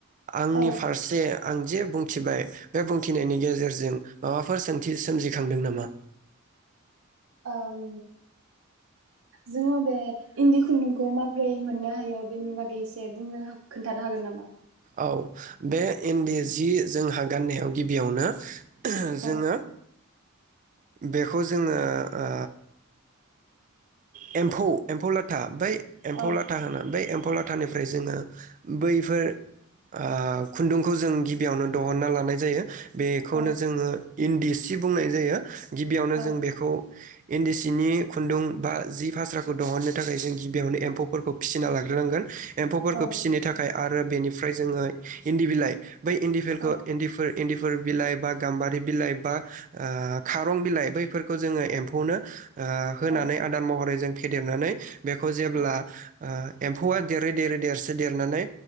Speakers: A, on the right; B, on the right.
A: आंनि
B: औ
A: फारसे। आं जे बुंथिबाय बे बुंथिनायनि गेजेरजों माबाफोर सोंथि सोमजिखांदों नामा
B: आं जोङो बे इन्दि खुन्दुंखौ माबोरै मोननो हायो बेनि बागै एसे बुंनो खोन्थानो हागोन नामा
A: औ बे इन्दि जि जोंहा गाननायाव गिबियावनो
B: औ
A: जोङो बेखौ जोङो आ एम्फौ एम्फौ लाथा बाय एम्फौ
B: औ
A: लाथा होनो बै एम फौ लाथानिफ्राय जोङो बैफोर आ खुन्दुंखौ जों गिबियावनो दहनना लानाय जायो। बेखौनो
B: औ
A: जोङो इन्दि सि बुंनाय जायो। गिबियावनो
B: औ
A: जों बेखौ इन्दि सिनि खुन्दुं बा जि फास्राखौ दहननो थाखाय जों गिबियावनो एम्फौफोरखौ फिसिना लाग्रोनांगोन। एम्फौफोरखौ
B: औ
A: फिसिनो थाखाय आरो बेनि फ्राय जोङो इन्दि बिलाइ बै इन्दिफोरखो
B: औ
A: इन्दिफोर इन्दिफोर बिलाइ बा गाम्बारि बिलाइ बा आ खारं बिलाइ बैफोरखौ जोङो एम्फौनो आ होनानै
B: औ
A: आदार मह जों फेेदेरनानै बेखौ जेब्ला
B: औ
A: ओ आ एम्फौआ देरै देरै देरसो देरनानै